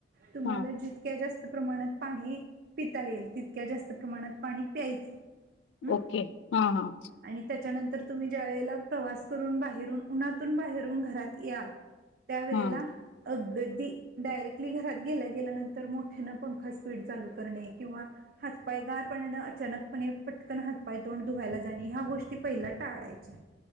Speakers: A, on the right (about 55°); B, on the left (about 80°).
A: तुम्हाला
B: हा
A: जितक्या जास्त प्रमाणात पाणी पिता येईल. तितक्या जास्त प्रमाणात पाणी प्यायचं. हं.
B: ओके. हा हा
A: आणि त्याच्यानंतर तुम्ही ज्या वेळेला प्रवास करून बाहेरून उन्हातून बाहेरून घरात याल. त्या वेळेला
B: हा
A: अगदी डायरेक्टली घरात गेल्या गेल्यानंतर मोठ्यानं पंखा स्पीड चालू करणे किंवा हात- पाय गार पाण्यानं अचानकपणे पटकन हाल हात- पाय, तोंड धुवायला जाणे, ह्या गोष्टी पहिल्या टाळायच्या.